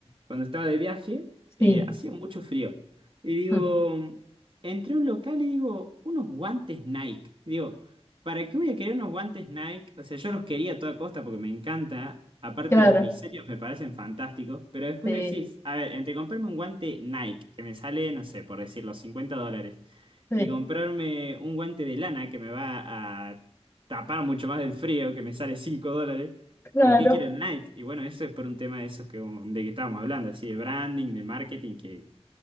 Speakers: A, on the right; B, on the left.
A: cuando estaba de viaje,
B: sí.
A: eh, hacía mucho frío. Y digo,
B: <laughs>
A: entré a un local y digo, unos guantes Nike. Digo, ¿Para qué voy a querer unos guantes Nike? O sea, yo los quería a toda costa porque me encanta. Aparte,
B: Claro,
A: los diseños me parecen fantásticos. Pero después
B: sí,
A: decís, a ver, entre comprarme un guante Nike, que me sale, no sé, por decirlo, 50 dólares,
B: sí,
A: y comprarme un guante de lana que me va a tapar mucho más del frío, que me sale 5 dólares,
B: claro.
A: ¿por qué quiero el Nike? Y bueno, eso es por un tema de esos que, de que estábamos hablando, así de branding, de marketing, que.